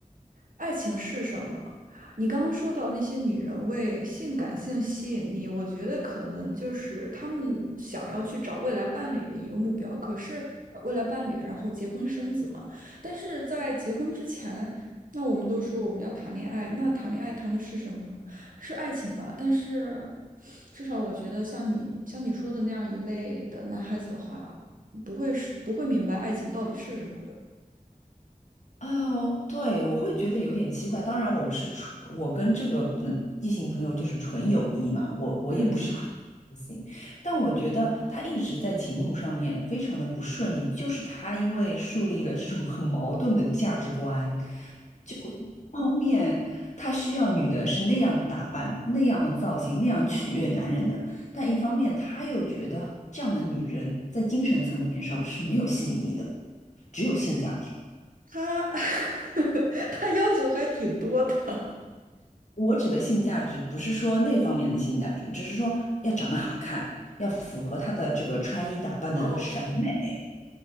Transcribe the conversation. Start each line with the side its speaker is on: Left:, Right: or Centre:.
Right: 爱情是什么。你刚刚说到那些女人为性感性吸引力，我觉得可能就是他们想要去找未来伴侣的一个目标。可是呃未来伴侣，然后结婚生子嘛。但是在结婚之前。那我们都说我们要谈恋爱，那谈恋爱谈的是什么呢？是爱情吧？但是至少我觉得，像你像你说的那样一类的男孩子的话，不会是不会明白爱情到底是什么的。
Left: 哦，对，我会觉得有点奇怪。当然，我们是纯，我跟这个嗯异性朋友就是纯友谊嘛，我我也不喜欢
Right: 嗯，
Left: <laughs> 异性，但我觉得他一直在情路上面非常的不顺利，就是他因为树立了这种很矛盾的价值观，就一方面他需要女的是那样打扮、那样造型、那样取悦男人的，但一方面他又觉得这样的女人在精神层面上是没有吸引力的，只有性价值。
Right: 他 <laughs> 他要求还挺多的。<laughs>
Left: 我指的性价值不是说那方面的性价值，只是说要长得好看，要符合他的这个穿衣打扮的审美。
Right: 哦，